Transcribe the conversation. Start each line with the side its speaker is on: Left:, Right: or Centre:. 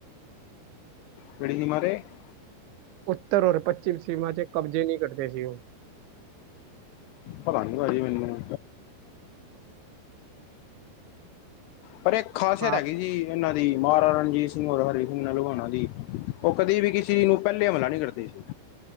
Left: ਕੀੜੀ ਨੀ ਮਰੇ <unintelligible>
Right: ਉੱਤਰ ਔਰ ਪੱਛਮ ਸੀਮਾ ਚ ਕਬਜ਼ੇ ਨਹੀਂ ਕਰਦੇ ਸੀ ਉਹ
Left: ਪਤਾ ਨੀ ਭਾਜੀ ਮੈਨੂੰ ਪਰ ਇੱਕ ਖਾਸੀਅਤ
Right: ਹਾਂ
Left: ਹੈਗੀ ਸੀ। ਇਹਨਾਂ ਦੀ ਮਹਾਰਾਜਾ ਰਣਜੀਤ ਸਿੰਘ, ਹਰੀ ਸਿੰਘ ਨਲੂਆ ਹੋਣਾ ਦੀ ਉਹ ਕਦੀ ਵੀ ਕਿਸੇ ਨੂੰ ਪਹਿਲੇ ਹਮਲਾ ਨਹੀਂ ਕਰਦੇ ਸੀ।